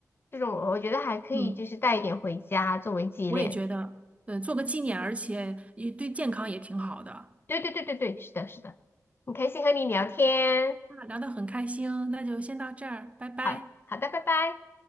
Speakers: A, on the left; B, on the right.
A: 这种我觉得还可以，
B: 嗯，
A: 就是带一点回家作为纪念。
B: 我也觉得，呃，做个纪念，而且也对健康也挺好的。
A: 对对对对对，是的，是的，很开心和你聊天。
B: 那聊得很开心，那就先到这儿，拜拜。
A: 好好的，拜拜。